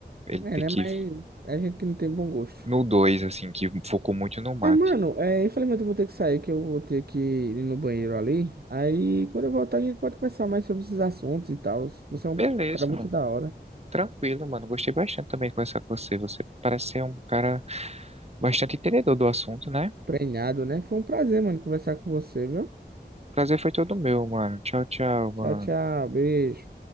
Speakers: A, on the right; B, on the right.
A: ele
B: É,
A: ter
B: né?
A: que,
B: Mas é gente que não tem bom gosto.
A: no 2 assim, que focou muito no mate.
B: É, mano, é, infelizmente eu vou ter que sair, que eu vou ter que ir no banheiro ali. Aí quando eu voltar, a gente pode conversar mais sobre esses assuntos e tal. Você é um
A: Beleza,
B: cara muito
A: mano.
B: da hora,
A: Tranquilo, mano. Gostei bastante também de conversar com você. Você parece ser um cara bastante entendedor do assunto, né?
B: treinado, né? Foi um prazer, mano, conversar com você, viu?
A: Prazer foi todo meu, mano. Tchau, tchau, mano.
B: Tchau, tchau, beijo.